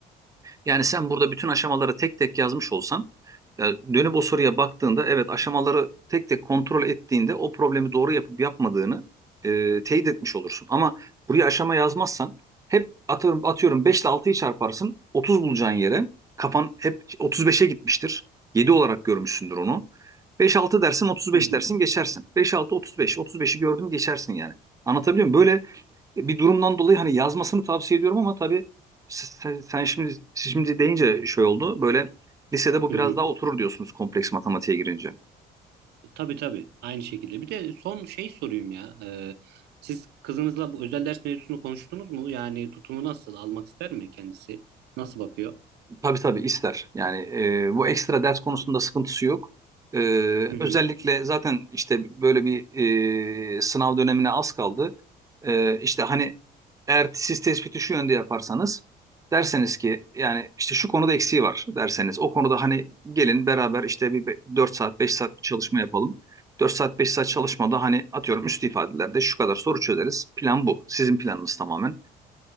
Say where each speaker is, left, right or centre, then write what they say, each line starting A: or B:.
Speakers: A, on the right; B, on the right.
A: Yani sen burada bütün aşamaları tek tek yazmış olsan, yani dönüp o soruya baktığında evet aşamaları tek tek kontrol ettiğinde o problemi doğru yapıp yapmadığını e, teyit etmiş olursun. Ama buraya aşama yazmazsan hep atıyorum, atıyorum 5 ile 6'yı çarparsın 30 bulacağın yere kafan hep otuz beşe gitmiştir. yedi olarak görmüşsündür onu. Beş altı dersin otuz beş
B: Hı hı.
A: dersin geçersin. Beş altı otuz beş, otuz beşi gördüm geçersin yani. Anlatabiliyor muyum? Böyle bir durumdan dolayı hani yazmasını tavsiye ediyorum ama tabii sen, sen şimdi siz şimdi deyince şey oldu. Böyle lisede bu
B: Hı
A: biraz
B: hı.
A: daha oturur diyorsunuz kompleks matematiğe girince.
B: Tabii tabii aynı şekilde. Bir de son şey sorayım ya. Ee, siz kızınızla bu özel ders mevzusunu konuştunuz mu? Yani tutumu nasıl? Almak ister mi kendisi? Nasıl bakıyor?
A: Tabii tabii ister. Yani e, bu ekstra ders konusunda sıkıntısı yok. E,
B: Hı hı.
A: özellikle zaten işte böyle bir e, sınav dönemine az kaldı. E, işte hani eğer siz tespiti şu yönde yaparsanız derseniz ki yani işte şu konuda eksiği var derseniz o konuda hani gelin beraber işte bir be- 4 saat 5 saat bir çalışma yapalım. dört saat 5 saat çalışmada hani atıyorum üst ifadelerde şu kadar soru çözeriz. Plan bu. Sizin planınız tamamen.